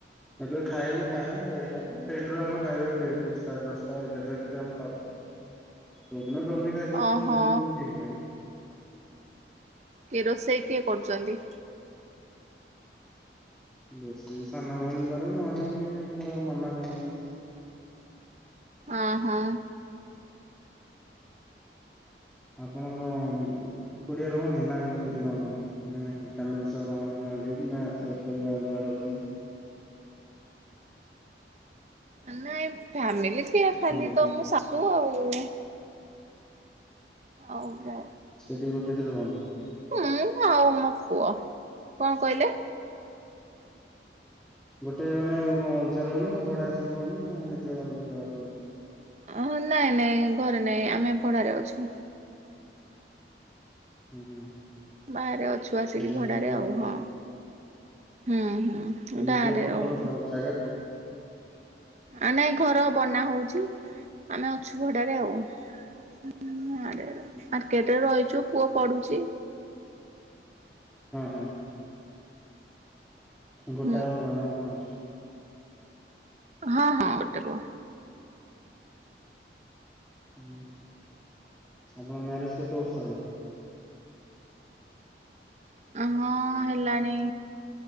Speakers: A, in the centre; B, on the right (about 40°).
A: ଏବେ ଖାଇବୁ ଖାଇନୁ ଲେଟ୍ରେ ଆମର ଖାଇବା ଲେଟ୍ ରେ ସାଢେ ଦଶଟା ଏଗାରଟା ଭିତରେ ଆମେ ଖାଉ।
B: <inaudible>
A: କୋଉଦିନ ଜଲ୍ଦି ଖାଇଦଉଚୁ
B: ଓହୋ
A: ସେମିତି କିଛି ଠିକ୍ ନାହିଁ।
B: କିଏ ରୋଷେଇ କିଏ କରୁଚନ୍ତି?
A: ରୋଷେଇ ସାନ ଭଉଣୀ କରେ ନହେଲେ ଆମର ମାମା କରନ୍ତି।
B: ଓହୋ।
A: ଆପଣ କଣ ଏକୁଟିଆ ରୁହନ୍ତି ନା କେମିତି କଣ? ମାନେ ଫ୍ୟାମିଲି ସହ ରହନ୍ତି ଜଏଣ୍ଟ ହେଇକି ନା ଏକୁଟିଆ ଅଲଗା ରହନ୍ତି।
B: ମାନେ ଫ୍ୟାମିଲି କିଏ ଖାଲି
A: ହ୍ୟାଲୋ
B: ତ ମୋ ଶାଶୁ ଆଉ। ଆଉ ମୋ
A: ସେଇଠି ଗୋଟେଠି ରୁହନ୍ତିି।
B: ମୁଁ ଆଉ ମୋ ପୁଅ। କଣ କହିଲେ?
A: ଗୋଟେ ମାନେ ଅଲଗା ରୁହନ୍ତି ନା ଭଡା ଆସିକି ରୁହନ୍ତି ନା ନିଜ ଇଏ ଘରେ?
B: ଅ ନାଇଁ ନାଇଁ ଘରେ ନାଇଁ ଆମେ ପଢାରେ ଅଛୁ।
A: ହୁଁ।
B: ବାହାରେ ଅଛୁ ଆସିକି
A: ମାନେ
B: ଭଡାରେ ଆଉ ହଁ। ହୁଁ ହୁଁ।
A: ନିଜ
B: ଗାଁରେ
A: ପ୍ରକାର
B: ରହୁନୁ।
A: ଜାଗାକୁ
B: ଆ ନାଇଁ ଘର ବନା ହଉଛି ଆମେ ଅଛୁ ଭଡାରେ ଆଉ। <unintelligible>
A: ହୁଁ।
B: ମାର୍କେଟରେ ରହିଚୁ ପୁଅ ପଢୁଚି।
A: ହୁଁ ହଁ। ଗୋଟାକ
B: ହୁଁ
A: ଆଉ ପୁଅ ନା ଆଉ କଣ?
B: ହଁ ହଁ ଗୋଟେ ପୁଅ।
A: ହୁଁ ଆପଣଙ୍କ ମ୍ୟାରେେଜ କେତେ ବର୍ଷ ହେଲା?
B: ହଁ ହେଲାଣି